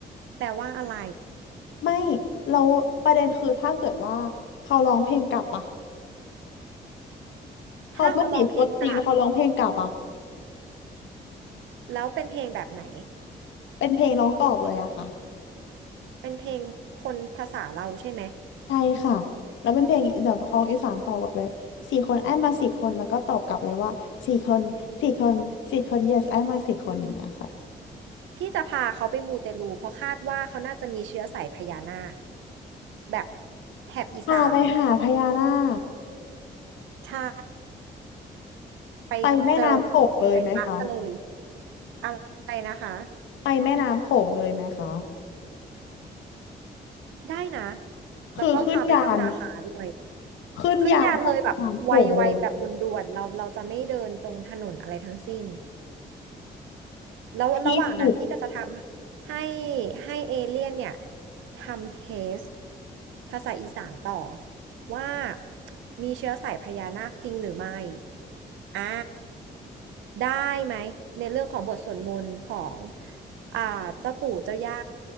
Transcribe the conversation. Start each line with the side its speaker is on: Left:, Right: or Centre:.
Right: แปลว่าอะไร
Left: ไม่ เราประเด็นคือถ้าเกิดว่าเขาร้องเพลงกลับอะเขาไม่จีบคนจริงนะเขาร้องเพลงกลับอะ
Right: ถ้าเขาร้องเพลงกลับแล้วเป็นเพลงแบบไหน
Left: เป็นเพลงร้องตอบเลยอะค่ะ
Right: เป็นเพลงคนภาษาเราใช่ไหม
Left: ใช่ค่ะแล้วเป็นเพลงแบบเขาร้องอีสานตอบกลับเลยสี่คนไอ้มาสี่คนแล้วก็ตอบกลับเลยว่าสี่คนสี่คนสี่คน yes ไอ้มาสี่คนอย่างเงี้ยค่ะ
Right: พี่จะพาเขาไปมูเตลูเพราะคาดว่าเขาน่าจะมีเชื้อสายพญานาคแบบแถบอีสาน
Left: พาไปหาพญานาค
Right: ใช่ไปเจอ
Left: ไปแม่น้ำโขงเลยไหมคะ
Right: ไปปะกันเลยอะไรนะคะ
Left: ไปแม่น้ำโขงเลยไหมคะ
Right: ได้นะ
Left: คือขึ้นยาน
Right: แล้วก็พาไปทำนาคาด้วย
Left: ขึ้นยานไปทางโป่งเลย
Right: ขึ้นยานเลยแบบไวๆแบบด่วนๆเราเราจะไม่เดินตรงถนนอะไรทั้งสิ้น แล้วระหว่างนั้นพี่ก็จะทำให้
Left: ที่สุด
Right: ให้เอเลี่ยนเนี่ยทำเทสภาษาอีสานต่อว่ามีเชื้อสายพญานาคจริงหรือไม่อ่าได้ไหมในเรื่องของบทสวดมนต์ของอ่าเจ้าปู่เจ้าย่า